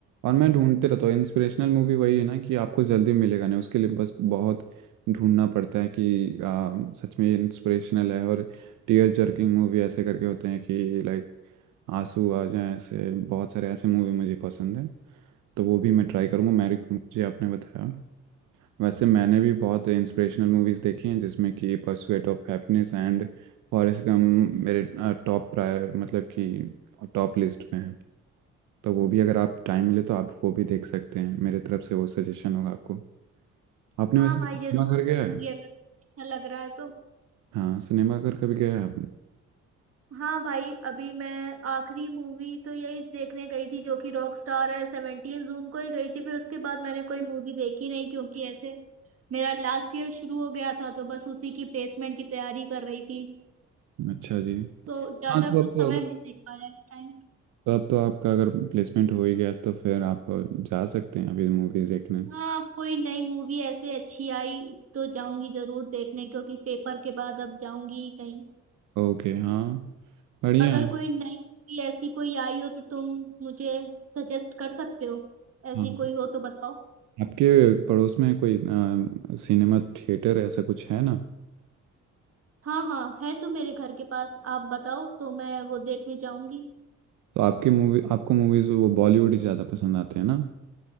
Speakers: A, on the right (about 80°); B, on the right (about 50°).
A: और मैं ढूंढते रहता हूँ इंस्पिरेशनल मूवी वही है ना कि आपको जल्दी मिलेगा नहीं उसके लिए बस बहुत ढूंढना पड़ता है कि आ, सच में इंस्पिरेशनल है और टीयर जर्किंग मूवी ऐसे करके होते हैं कि लाइक आंसू आ जाए ऐसे बहुत सारे ऐसे मूवी मुझे पसंद है तो वो भी मैं ट्राई करूँगा मैरी मुझे आपने बताया वैसे मैंने भी बहुत इंस्पिरेशनल मूवीज देखी हैं जिसमें कि pursuit of happiness and Forrest Gump मेरे टॉप प्रायर मतलब कि टॉप लिस्ट में है तो वो भी अगर आप टाइम मिले तो आप वो भी देख सकते हैं मेरे तरफ से वो सजेशन होगा आपको आपने
B: हाँ
A: वैसे
B: भाई
A: सिनेमा
B: जरूर देखूंगी
A: घर गया है
B: अगर ऐसा लग रहा है तो
A: हाँ सिनेमा घर कभी गया है आपने
B: हाँ भाई अभी मैं आखिरी मूवी तो यही देखने गई थी जो कि रॉक स्टार है सेवनटीन जून को ही गई थी फिर उसके बाद मैंने कोई मूवी देखी नहीं क्योंकि ऐसे मेरा लास्ट ईयर शुरू हो गया था तो बस उसी की प्लेसमेंट की तैयारी कर रही थी
A: अच्छा जी
B: तो ज्यादा
A: हाँ तो
B: कुछ
A: अब तो
B: समय
A: अगर
B: मिल नहीं पाया इस टाइम
A: तो अब तो आपका अगर प्लेसमेंट हो ही गया तो फिर आप जा सकते हैं अभी मूवी देखने
B: हाँ अब कोई नई मूवी ऐसे अच्छी आई तो जाऊंगी जरूर देखने क्योंकि पेपर के बाद अब जाऊंगी कहीं
A: ओके हाँ बढ़िया
B: अगर
A: है
B: कोई नई मूवी ऐसी कोई आई हो तो तुम मुझे सजेस्ट कर सकते हो ऐसी
A: हाँ
B: कोई हो तो बताओ
A: आपके पड़ोस में कोई अ, सिनेमा थिएटर ऐसा कुछ है ना
B: हाँ हाँ है तो मेरे घर के पास आप बताओ तो मैं वो देखने जाऊंगी
A: तो आपकी मूवी आपको मूवीज़ वो बॉलीवुड ही ज़्यादा पसंद आते हैं ना